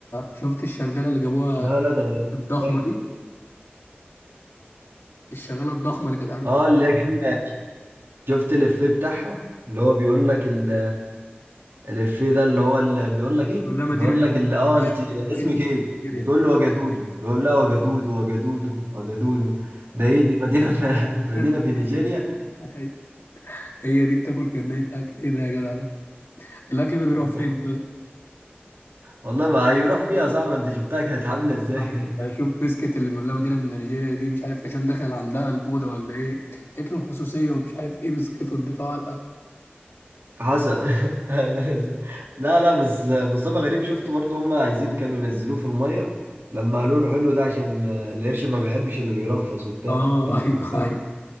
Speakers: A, on the left (about 80°); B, on the right (about 70°).
A: شفت الشغالة اللي جابوها
B: لا لا ده
A: الضخمة
B: واحد
A: دي الشغالة الضخمة اللي كانت قاعدة بتقول
B: اه اللي هي كان شفت الافيه بتاعها اللي هو بيقول لك ال- الافيه ده اللي هو اللي بيقول لك ايه
A: لها مدينة
B: بيقول
A: من
B: لك اللي اه انت
A: مدينة
B: اسمك
A: من
B: ايه
A: نيجيريا
B: بتقول له وجدودو بيقول لها وجدودو وجدودو وجدودو ده ايه دي مدينه <laughs> في
A: بتنام
B: مدينه في
A: زي
B: نيجيريا
A: شيري <laughs> هي دي بتاكل كمية أكل إيه ده يا جدع ده الأكل ده بيروح
B: <laughs>
A: فين طيب
B: والله ما هيروح فيها صعب انت شفتها كانت عامله ازاي
A: عايز بشوف
B: <laughs>
A: مسكت اللي بيقول لها مدينة من نيجيريا دي مش عارف عشان دخل عندها الأوضة ولا إيه قالت له الخصوصية ومش عارف إيه مسكته اديته علقة
B: حصل <laughs> لا لا بس مصطفى غريب شفته برضه هم عايزين كانوا ينزلوه في الميه لما قالوا له حلو ده عشان القرش ما بيحبش اللي بيرفس وبتاع
A: آه
B: قال
A: <laughs> أيوه
B: له
A: أيوه